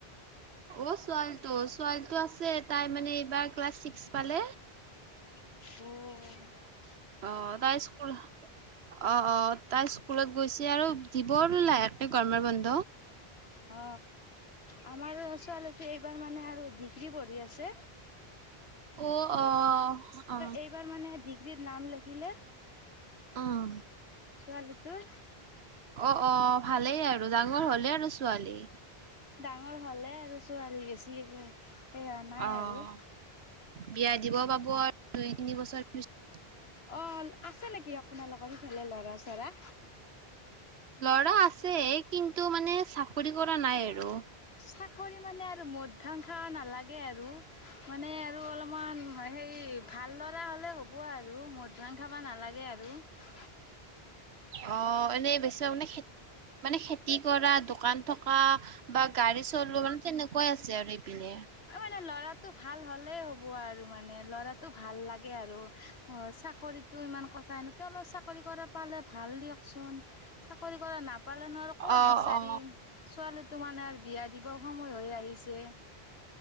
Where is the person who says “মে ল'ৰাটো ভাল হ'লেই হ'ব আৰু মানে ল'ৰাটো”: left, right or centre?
Left